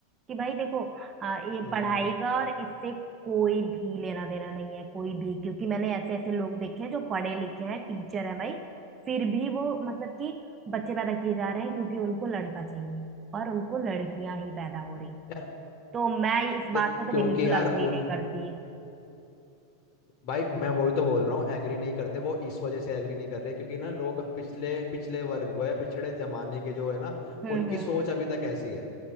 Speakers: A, on the right (about 25°); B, on the left (about 45°).
A: कि भाई देखो आ, ये
B: हम्म
A: पढ़ाई का और इससे कोई भी लेना देना नहीं है कोई भी क्योंकि मैंने ऐसे ऐसे लोग देखे हैं जो पढ़े लिखे हैं टीचर है भाई फिर भी वो मतलब कि बच्चे पैदा किए जा रहे हैं क्योंकि उनको लड़का चाहिए और उनको लड़कियां ही पैदा हो रही हैं
B: यार
A: तो मैं इस बात
B: देख
A: से तो
B: क्योंकि
A: बिल्कुल
B: यार
A: अग्री नहीं
B: उन
A: करती
B: भाई मैं वही तो बोल रहा हूँ एग्री नहीं करते वो इस वजह से एग्री नहीं कर रहे क्योंकि ना लोग पिछले पिछले वर्ग वो है पिछड़े जमाने के जो है ना
A: हम्म
B: उनकी
A: हम्म
B: सोच
A: हम्म।
B: अभी तक ऐसी है